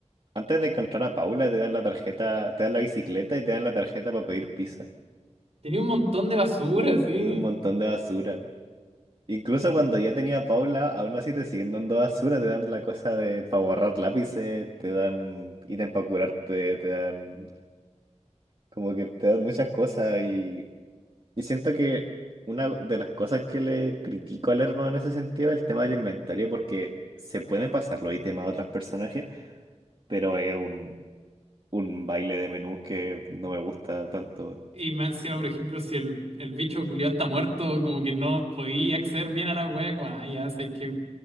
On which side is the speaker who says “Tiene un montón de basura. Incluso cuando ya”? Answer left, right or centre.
Right